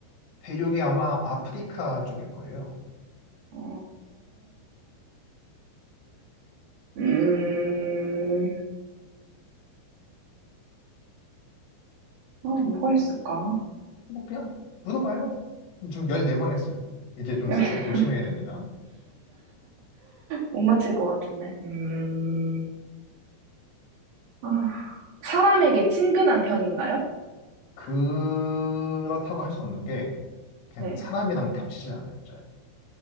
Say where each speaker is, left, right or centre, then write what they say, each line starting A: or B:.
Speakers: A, on the left; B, on the right.
A: 대륙이 아마 아프리카 쪽일 거예요.
B: 어, 음, 아, 뭐가 있을까?
A: 뭐 그냥 물어봐요. 지금 14번 했어요. 이제 좀
B: <laughs>
A: 스스로 조심해야 됩니다.
B: 못 맞힐 것 같은데. 음, 아, 사람에게 친근한 편인가요?
A: 그렇다고 할 수 없는 게 그냥
B: 네.
A: 사람이랑 겹치지 않아요. 잘.